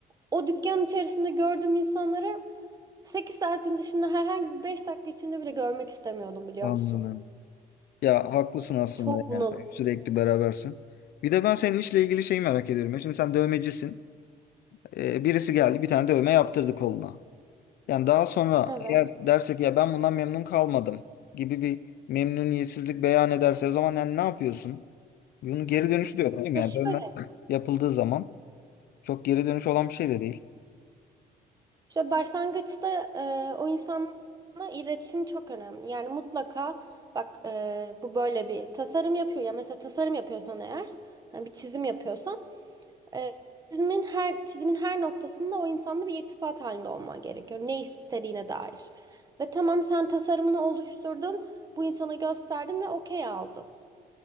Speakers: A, on the right; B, on the left.
A: o dükkan içerisinde gördüğüm insanları 8 saatin dışında herhangi bir 5 dakika içinde bile görmek istemiyordum biliyor
B: Anladım.
A: musun?
B: Ya haklısın aslında
A: Çok bunalım.
B: yani sürekli berabersin. Bir de ben senin işle ilgili şeyi merak ediyorum. ya. Şimdi sen dövmecisin. Ee, birisi geldi bir tane dövme yaptırdı koluna. Yani daha sonra
A: Evet.
B: eğer dersek ya ben bundan memnun kalmadım gibi bir memnuniyetsizlik beyan ederse o zaman yani ne yapıyorsun? Bunun geri dönüşü de yok değil mi?
A: E
B: Yani
A: şöyle,
B: dövme yapıldığı zaman çok geri dönüş olan bir şey de değil.
A: şöyle başlangıçta e, o insanla iletişim çok önemli. Yani mutlaka bak e, bu böyle bir tasarım yapıyor ya mesela tasarım yapıyorsan eğer hani bir çizim yapıyorsan Ee, çizimin her çizimin her noktasında o insanla bir irtibat halinde olman gerekiyor. Ne istediğine dair. Ve tamam sen tasarımını oluşturdun, bu insana gösterdin ve okey aldın.